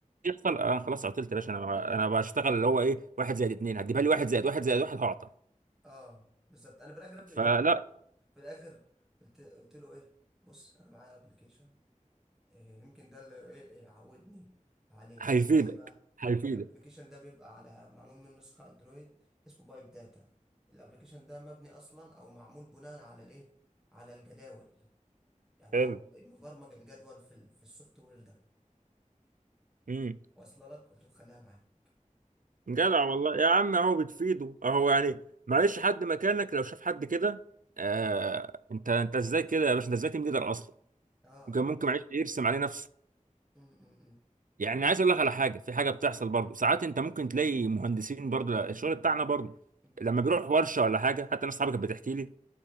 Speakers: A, on the right (about 80°); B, in the centre.
A: يحصل انا خلاص عطلت يا باشا انا انا بشتغل اللي هو ايه واحد زائد اتنين هتجيبها لي واحد زائد واحد زائد واحد هعطل
B: اه بالظبط انا في الاخر ابدا
A: فلا
B: إيه؟ في الاخر قلت قلت له ايه بص انا معايا ابلكيشن إيه، يمكن ده اللي ايه إيه عودني عليه
A: هيفيدك
B: اللي هو ايه بقى
A: هيفيدك
B: الابلكيشن ده بيبقى على معمول من نسخة اندرويد اسمه بايب داتا الابلكيشن ده مبني اصلا او معمول بناء على الايه على الجداول يعني
A: حلو
B: هو مبرمج الجدول في ال- في السوفت وير ده
A: امم
B: واصله لك قلت له خليها معاه
A: جدع والله يا عم اهو بتفيده اهو يعني معلش حد مكانك لو شاف حد كده آه انت انت ازاي كده يا باشا انت ازاي تيم ليدر اصلا
B: اه
A: وكان ممكن معلش يرسم عليه نفسه
B: م- م- م-
A: يعني عايز اقول لك على حاجه في حاجه بتحصل برضه ساعات انت ممكن تلاقي مهندسين برضه الشغل بتاعنا برضه
B: م.
A: لما بيروح ورشه ولا حاجه حتى ناس صحابي كانت بتحكي لي